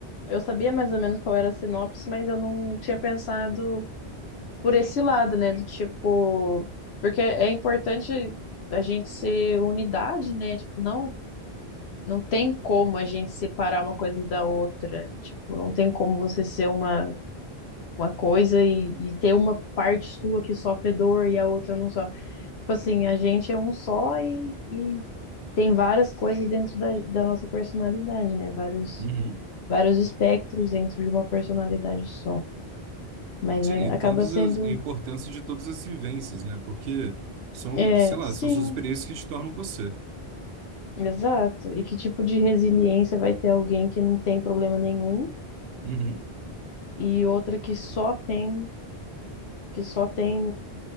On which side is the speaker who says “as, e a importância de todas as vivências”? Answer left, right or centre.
Right